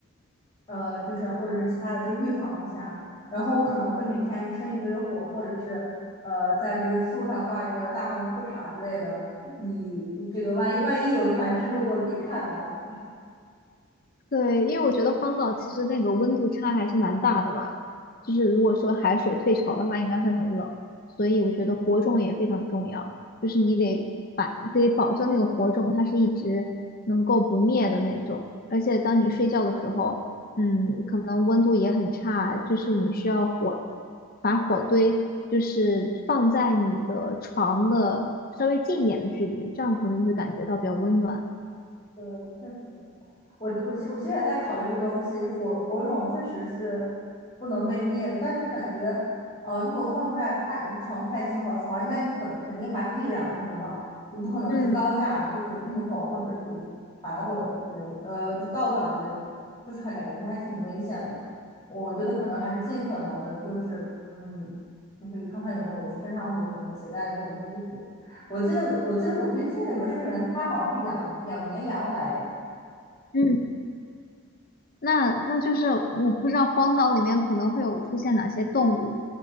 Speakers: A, on the left; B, on the left.
A: 呃，就是或者是其他的，就预防一下。然后我可能会每天生一堆火，或者是呃，在这个树上挂一个大红裤衩之类的，以以这个万一万一有船只路过可以看到。
B: 对，因为我觉得荒岛其实那个温度差还是蛮大的吧，就是如果说海水退潮的话，应该会很冷，所以我觉得火种也非常重要，就是你得把得保证那个火种它是一直能够不灭的那种，而且当你睡觉的时候，嗯，可能温度也很差，就是你需要火把火堆就是放在你的床的稍微近一点的距离，这样可能你会感觉到比较温暖。
A: 对，确实。我我现我现在在考虑这个东西，火火种确实是不能被灭的，但是感觉，呃，如果放在太离床太近的话，床应该就可能肯定还是易燃物嘛，就不可能是钢架的，
B: 嗯
A: 就是木头或者是柴火之类的，呃，就稻草之类的，就是还感觉还挺危险的。我觉得可能还是尽可能的，就是嗯，就是看看有没有就身上或者什么携带的这种衣服。我记得我记得《鲁滨逊》里面说里面他好像是养养绵羊来着。
B: 嗯。那那就是我不知道荒岛里面可能会有出现哪些动物，